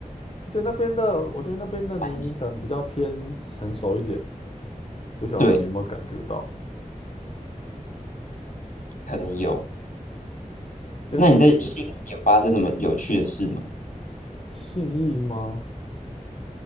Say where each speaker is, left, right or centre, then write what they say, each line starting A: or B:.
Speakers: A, on the left (about 45°); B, on the left (about 70°).
A: 而且那边的，我觉得那边的年龄层比较偏成熟一点，
B: 蛮
A: 不晓得你有没有感觉到？
B: 对，可能有。
A: 跟信
B: 那你在悉尼有发生什么有趣的事吗？
A: 信义吗？